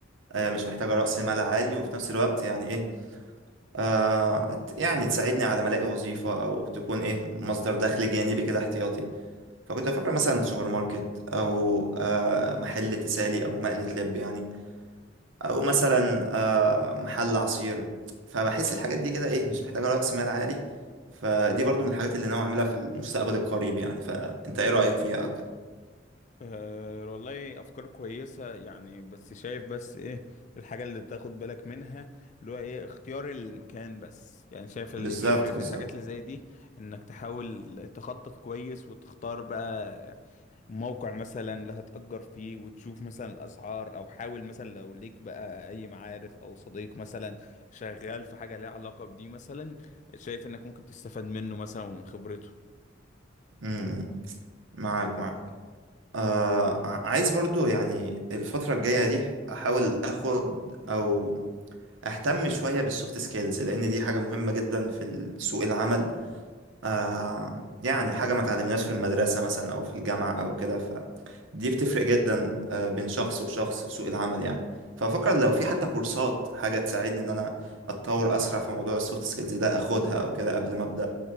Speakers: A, on the right; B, on the left.
A: آه مش محتاجة رأس مال عالي وفي نفس الوقت يعني ايه آه ت- يعني تساعدني على ما الاقي وظيفة او تكون ايه مصدر دخل جانبي كده احتياطي فكنت بفكر مثلا سوبر ماركت او آه محل تسالي او مقلة لب يعني او مثلا آه، محل عصير فبحس الحاجات دي كده ايه مش محتاجه راس مال عالي فدي برضو من الحاجات اللي ناوي اعملها في المستقبل القريب يعني فانت ايه رايك فيها او كده
B: أه والله افكار كويسه يعني بس شايف بس ايه الحاجه اللي تاخد بالك منها اللي هو ايه اختيار المكان بس يعني شايف اللي
A: بالظبط
B: بيفرق في
A: بالظبط
B: الحاجات اللي زي دي انك تحاول تخطط كويس وتختار بقى موقع مثلا اللي هتأجر فيه وتشوف مثلا الاسعار او حاول مثلا لو ليك بقى اي معارف او صديق مثلا شغال في حاجه ليها علاقه بدي مثلا شايف انك ممكن تستفاد منه مثلا ومن خبرته
A: امم معاك معاك آه ع- عايز برضو يعني الفتره الجايه دي احاول اخد او اهتم شويه بالسوفت سكيلز لان دي حاجه مهمه جدا في ال- سوق العمل آه يعني حاجة ما تعلمناش في المدرسة مثلا أو في الجامعة أو كده فدي بتفرق جدا آه بين شخص وشخص في سوق العمل يعني ففكر لو في حتى كورسات حاجة تساعدني إن أنا أتطور أسرع في موضوع السوفت سكيلز ده أخدها أو كده قبل ما أبدأ